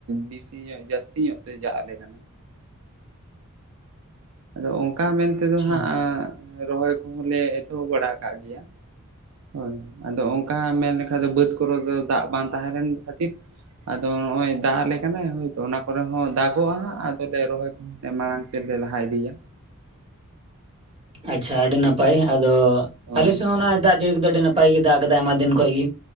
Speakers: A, on the right; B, on the right.
A: ᱵᱤᱥᱤ ᱧᱚᱜ ᱡᱟᱹᱥᱛᱤ ᱧᱚᱜ ᱛᱮ ᱡᱟᱜ ᱟᱞᱮ ᱠᱟᱱᱟ᱾ ᱟᱫᱚ ᱚᱱᱠᱟ ᱢᱮᱱᱛᱮᱫᱚ
B: ᱟᱪᱪᱷᱟ
A: ᱦᱟᱸᱜ ᱨᱚᱦᱚᱭ ᱠᱚᱦᱚᱸᱞᱮ ᱮᱛᱚᱦᱚᱵ ᱵᱟᱲᱟ ᱠᱟᱫ ᱜᱮᱭᱟ᱾ ᱦᱳᱭ ᱟᱫᱚ ᱚᱱᱠᱟ ᱢᱮᱱ ᱞᱮᱠᱷᱟᱱᱫᱚ ᱵᱟᱹᱫ ᱠᱚᱨᱮ ᱫᱚ ᱫᱟᱜ ᱵᱟᱝ ᱛᱟᱦᱮᱸ ᱞᱮᱱ ᱠᱷᱟᱹᱛᱤᱨ ᱟᱫᱚ ᱱᱚᱜᱼᱚᱭ ᱫᱟᱜ ᱟᱞᱮ ᱠᱟᱱᱟᱭ ᱦᱭᱛᱚ ᱚᱱᱟ ᱠᱚᱨᱮ ᱦᱚᱸ ᱫᱟᱜᱚᱜᱼᱟ ᱦᱜ ᱟᱫᱚᱞᱮ ᱨᱚᱦᱚᱭ ᱠᱚᱦᱚᱸ ᱮ ᱢᱟᱲᱟᱝ ᱥᱮᱫ ᱞᱮ ᱞᱟᱦᱟ ᱤᱫᱤᱭᱟ᱾
B: ᱟᱪᱪᱷᱟ ᱟᱹᱰᱤᱰᱤ ᱱᱟᱯᱟᱭ ᱟᱫᱚ
A: ᱦᱳᱭ
B: ᱟᱞᱮ ᱥᱮᱫ ᱦᱚᱸ ᱱᱚᱣᱟ ᱫᱟᱜ ᱡᱟᱹᱲᱤ ᱠᱚᱫᱚ ᱟᱹᱰᱤ ᱱᱟᱯᱟᱭ ᱜᱮ ᱫᱟᱜ ᱟᱠᱟᱫᱟ ᱟᱭᱢᱟ ᱫᱤᱱ ᱠᱷᱚᱡ ᱜᱮ᱾